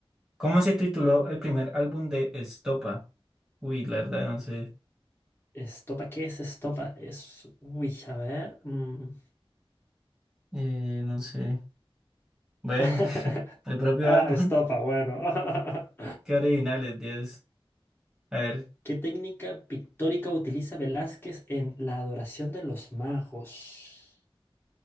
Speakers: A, in the centre; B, on the left (about 20°).
A: ¿cómo se tituló el primer álbum de Estopa? Uy, la verdad, no sé.
B: ¿Estopa qué es estopa? Es. Uy, a ver. mm.
A: Eh, no sé. Bueno,
B: <laughs>
A: <laughs> el propio
B: Ah,
A: álbum.
B: estopa, bueno. <laughs>
A: <laughs> Qué originales, Dios. A ver,
B: ¿Qué técnica pictórica utiliza Velázquez en La Adoración de los Magos?